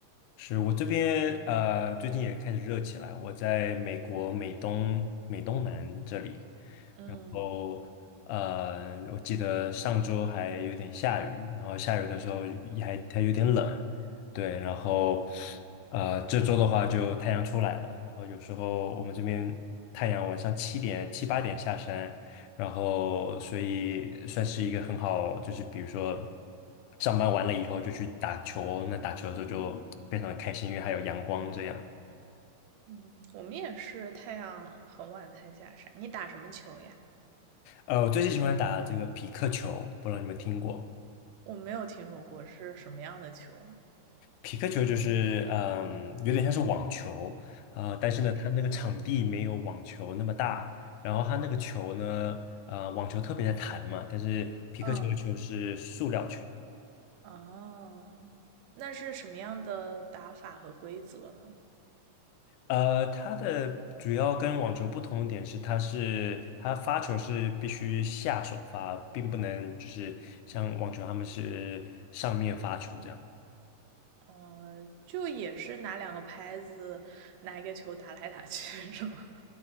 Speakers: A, on the left; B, on the right.
A: 是我这边呃，最近也开始热起来。我在美国美东美东南这里，
B: 嗯
A: 然后呃，我记得上周还有点下雨，然后下雨的时候也还它有点冷，对。然后呃，这周的话就太阳出来了，然后有时候我们这边太阳晚上七点七八点下山，然后所以算是一个很好，就是比如说上班完了以后就去打球，那打球的时候就非常的开心，因为还有阳光这样。
B: 嗯，我们也是太阳很晚才下山。你打什么球呀？
A: 呃，我最近喜欢打这个匹克球，不知道你们听过？
B: 我没有听说过是什么样的球。
A: 匹克球就是嗯，有点像是网球，呃，但是呢，它那个场地没有网球那么大，然后它那个球呢，呃，网球特别的弹嘛，但是匹克球的球是塑料球。
B: 嗯。哦，那是什么样的打法和规则呢？
A: 呃，它的主要跟网球不同的点是，它是它发球是必须下手发，并不能就是像网球他们是上面发球这样。
B: 嗯，就也是拿两个拍子，拿一个球打来打去，<laughs> 是吗？